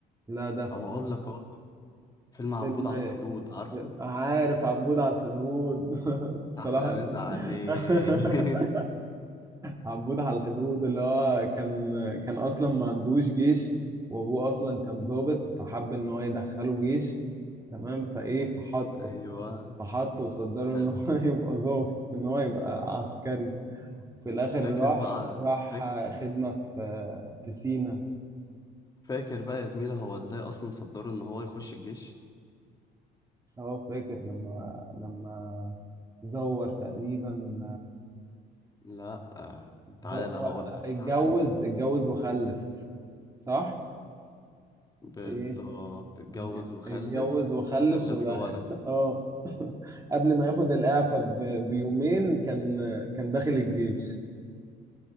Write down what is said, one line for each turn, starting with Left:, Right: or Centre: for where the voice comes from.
Right: لا ده ف-
Left: أو أقول لك أقول فيلم عبود
Right: فيلم
Left: على الحدود عارفه
Right: ف- عارف عبود على الحدود <laughs>
Left: أحلى
Right: صلاح
Left: مسا عليه
Right: <laughs> عبود على الحدود اللي هو كان كان اصلا ما عندوش جيش وابوه اصلا كان ضابط فحب ان هو يدخله جيش تمام فايه فحطه
Left: <laughs> أيوة
Right: فحطه وصدره
Left: خل
Right: ان هو <laughs> يبقى ضابط ان هو يبقى عسكري في الاخر
Left: فاكر
Right: راح
Left: بقى
Right: راح
Left: فاكر
Right: خدمة في في سينا
Left: فاكر بقى يا زميلة هو إزاي أصلا صدره إن هو يخش الجيش
Right: هو فاكر لما لما زور تقريبا
Left: لا آه. تعالى
Right: زور و-
Left: هقول لك
Right: اتجوز
Left: تعالى
Right: اتجوز وخلف صح؟
Left: بالظبط
Right: ايه
Left: اتجوز
Right: اتج-
Left: وخلف
Right: اتجوز وخلف
Left: خلف
Right: ودخل
Left: له ولد
Right: <laughs> اه <laughs> قبل ما ياخد الإعفاء ب- بيومين كان كان داخل الجيش